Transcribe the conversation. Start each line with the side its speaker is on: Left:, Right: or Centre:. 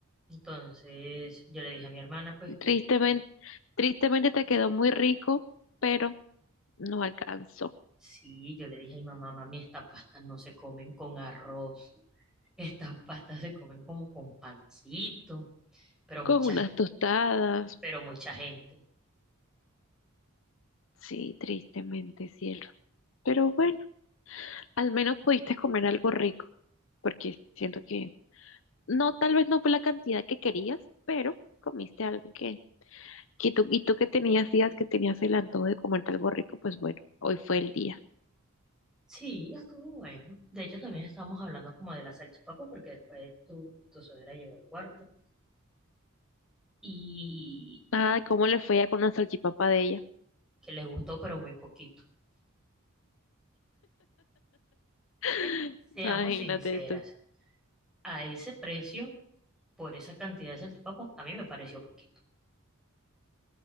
Centre: Entonces yo le dije a mi hermana pues que
Left: Tristemente, tristemente te quedó muy rico, pero no alcanzó.
Centre: sí, yo le dije a mi mamá, mami, estas pastas no se comen con arroz, estas pastas se comen como con pancito pero
Left: Con
Centre: mucha
Left: unas tostadas,
Centre: pero mucha gente.
Left: sí, tristemente, cielo. Pero bueno, al menos pudiste comer algo rico, porque siento que no, tal vez no fue la cantidad que querías, pero comiste algo que, que tú, y tú que tenías días que tenías el antojo de comerte algo rico, pues bueno, hoy fue el día.
Centre: Sí, estuvo bueno. De hecho, también estábamos hablando como de la salchipapa, porque después tu, tu suegra llegó al cuarto y
Left: Ay, cómo le fue ya con la salchipapa de ella.
Centre: que le gustó, pero muy poquito.
Left: <laughs>
Centre: Es que, seamos
Left: Imagínate
Centre: sinceras,
Left: tú.
Centre: a ese precio, por esa cantidad de salchipapa, a mí me pareció poquito.